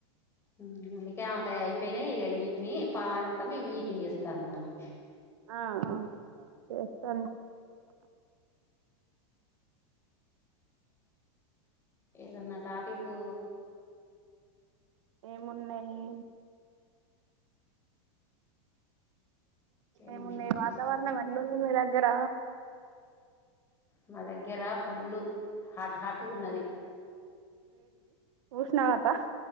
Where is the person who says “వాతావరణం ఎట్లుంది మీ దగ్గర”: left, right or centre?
Right